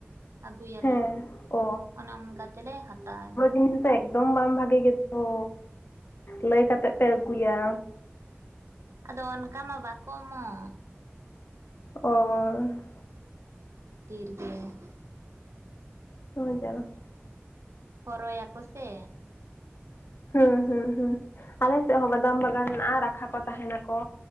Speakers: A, on the right (about 80°); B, on the left (about 55°).
A: ᱟᱹᱜᱩᱭᱟᱞᱮ
B: ᱦᱮᱸ ᱚ
A: ᱚᱱᱮ ᱚᱱᱠᱟ ᱛᱮᱞᱮ ᱦᱟᱛᱟᱣ ᱜᱮᱭᱟ᱾
B: <unintelligible> ᱮᱠᱫᱚᱢ ᱵᱟᱝ ᱵᱷᱟᱜᱮ ᱜᱮᱫᱚ᱾ ᱞᱟᱹᱭ ᱠᱟᱛᱮ ᱯᱮ ᱟᱹᱜᱩᱭᱟ᱾
A: ᱟᱫᱚ ᱚᱱᱠᱟ ᱢᱟ ᱵᱟᱠᱚ ᱮᱢᱚᱜ᱾
B: ᱚᱸ
A: ᱛᱤᱨᱜᱮ <unintelligible>
B: ᱳ ᱡᱟᱞᱟ᱾
A: ᱦᱚᱨᱚᱭᱟ ᱠᱚ ᱥᱮ᱾
B: ᱦᱩᱸ ᱦᱩᱸ ᱦᱩᱸ ᱟᱞᱮ ᱥᱮᱫ ᱦᱚᱸ ᱵᱟᱫᱟᱢ ᱵᱟᱜᱟᱱ ᱢᱮᱱᱟᱜᱼᱟ ᱨᱟᱠᱷᱟ ᱠᱚ ᱛᱟᱦᱮᱸᱱᱟᱠᱚ᱾